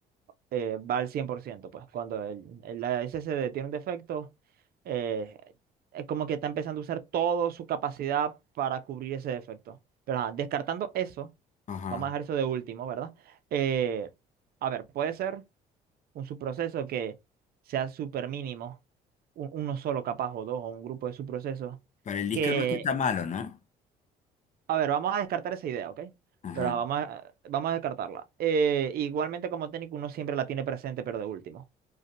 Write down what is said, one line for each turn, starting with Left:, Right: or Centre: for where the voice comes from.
Right: eh, va al 100%, pues cuando el, el SSD tiene un defecto, eh, es como que está empezando a usar toda su capacidad para cubrir ese defecto. Pero ajá, descartando eso,
Left: ajá.
Right: vamos a dejar eso de último, ¿verdad? Eh, a ver, puede ser un subproceso que sea súper mínimo, un- uno solo capaz o dos o un grupo de subprocesos,
Left: Pero el disco
Right: que,
Left: no es que está malo, ¿no?
Right: a ver, vamos a descartar esa idea, ¿ok?
Left: Ajá.
Right: Pero la vamos a, vamos a descartarla. Eh, igualmente como técnico uno siempre la tiene presente, pero de último.